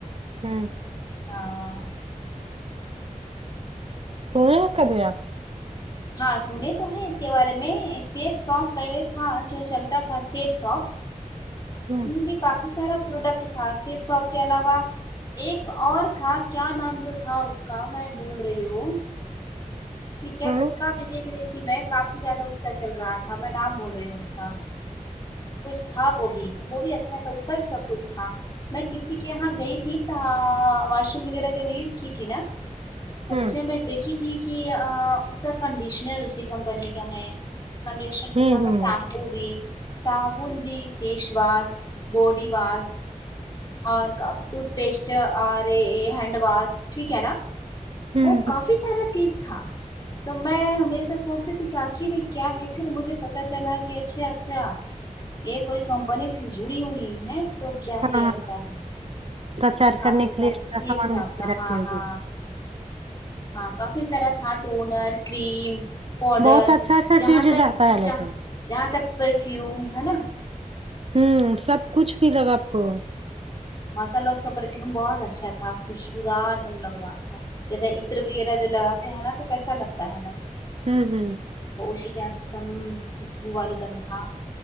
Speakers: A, on the right; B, on the left.
A: ہوں
B: ہاں
A: سنے ہے کبھی اپ
B: ہاں سنے تو ہے اس کے بارے میں سیف سوپ پہلے تھا جو چلتا تھا سیف سوپ
A: ہوں
B: اس میں بھی کافی سارا پروڈکٹ تھا سیف ساپ کے علاوہ ایک اور تھا کیا نام تو تھا اس کا میں بھول رہی ہوں ٹھیک ہے
A: ہوں
B: اس کا بھی دیکھ رہی تھی میں کافی زیادہ اس کا چل رہا تھا میں نام بھول رہی ہوں اس کا کچھ تھا وہ بھی وہ بھی اچھا تھا اس کا بھی سب کچھ تھا میں کسی کے یہاں گئی تھی تا واش روم وغیرہ جب یوز کی تھی نا تو
A: ہوں
B: اسے میں دیکھی تھی کہ ا اس کا کنڈیشنر اسی کمپنی کا ہے کنڈیشنر کے
A: ہوں
B: ساتھ
A: ہوں
B: سیمپو بھی صابن بھی فیش واس باڈی واس اور کاف ٹوتھ پیسٹ اور ہینڈ واش ٹھیک ہے نا
A: ہوں
B: وہ کافی سارا چیز تھا تو میں ہمیشہ سوچتی تھی کہ اخر یہ کیا ہے پھر مجھے پتا چلا کہ اچھا اچھا یہ کوئی کمپنی سے جڑی ہوئی ہے تب جا
A: ہاں
B: کے
A: ہاں
B: آتا ہے
A: پرچار
B: کافی
A: کرنے کے
B: سارے
A: لیے ایکسٹرا
B: سیب
A: سامان
B: صاحب
A: گھر
B: کا
A: میں رکھی
B: ہاں
A: ہوگی
B: ہاں ہاں کافی سارا تھا ٹونر کریم پوڈر
A: بہت اچھا اچھا
B: جہاں
A: چیز
B: تک
A: رہتا ہے لیکن
B: ج جہاں تک پرفیوم ہے نا
A: ہوں سب کچھ بھی لگا اپ کو
B: ماشا اللہ اس کا پرفیوم بہت اچھا تھا خوشبودار دم لگ رہا تھا جیسے عطر بھی یہ جو نہ لگاتے ہیں نا تو کیسا لگتا ہے نہ
A: ہوں ہوں
B: پشی ٹیپ سے دم خوشبو والے دم تھا